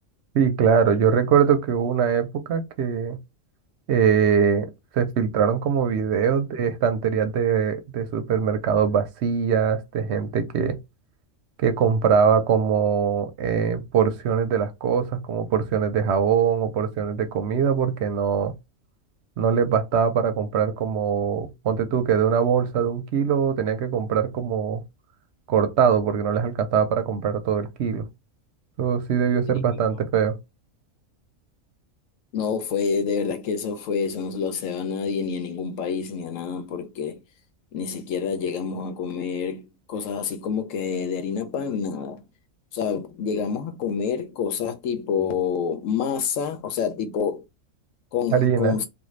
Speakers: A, on the right; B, on the left.
A: Sí, claro, yo recuerdo que hubo una época que eh, se filtraron como videos de estanterías de, de supermercados vacías, de gente que, que compraba como eh, porciones de las cosas, como porciones de jabón o porciones de comida, porque no, no les bastaba para comprar como, ponte tú que de una bolsa de un kilo tenían que comprar como cortado, porque no les alcanzaba para comprar todo el kilo. Eso sí debió ser
B: Sí.
A: bastante feo.
B: No, fue de verdad que eso fue, eso no se lo se a nadie, ni a ningún país, ni a nada, porque ni siquiera llegamos a comer cosas así como que de harina pan, nada. O sea, llegamos a comer cosas tipo masa, o sea, tipo con,
A: Harinas.
B: con-